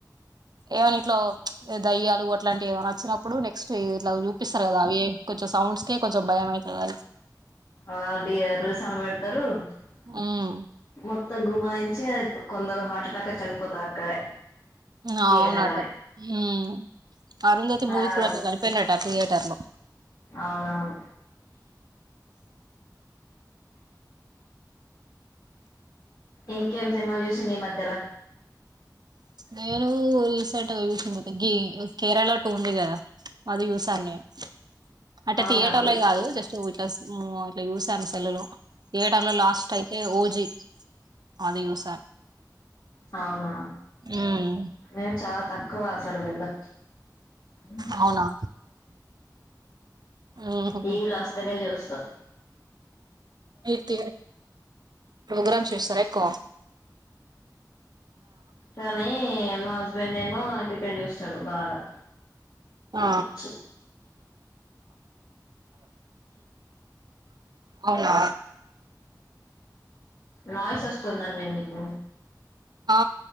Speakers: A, on the right; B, on the left.
A: ఏమని ఇట్లో అంటే దయ్యాలు అట్లాంటివి ఏమనా వచ్చినప్పుడు నెక్స్ట్ ఇట్ల చూపిస్తారు కదా అవి కొంచం సౌండ్స్కే కొం సో బయం అయితది అది
B: ఆ డి రుసౌండ్ పెడతరు మో
A: ఉమ్
B: మొత్తం గుమాయించి కొందరు హార్ట్ అటాకచ్చి చనిపోతారు అక్కడే
A: అవునట
B: థియేటర్ లోనే
A: ఉమ్ అరుంధతి
B: హలో
A: మూవీ కూడా అట్ల చనిపోయినట థియేటర్ లో
B: అవునవును ఇంకేం సినిమాలు చూసింది ఈ మధ్యల
A: నేను రి రీసెంట్గా చూసింది ఒక గే కేరళ లో టూ ఉంది కదా అది చూసాను నేను అంటే
B: అవునా
A: థియేటర్ల
B: తి
A: కాదు జస్ట్ ఇట్లా మ్ ఇట్లా చూసాన్ సెల్లు లో థియేటర్ లో లాస్ట్ అయితే ఓజీ అది చుస్
B: అవునా
A: ఉమ్
B: మేము చా తక్ క్కువ అస్సలు వెళ్లం ఉమ్
A: అవునా ఉహు
B: టీవీలో వస్తనే జుస్ స
A: అయితే ప్రోగ్రామ్స్ చేస్తార క్క
B: కానీ మా హస్బెండ్ ఏమో క్రికెట్ చూస్తాడు బాగా
A: ఆ
B: పిచ్చి
A: ఔనా
B: నాయిస్ వస్తుందండి నీ ప
A: ఆ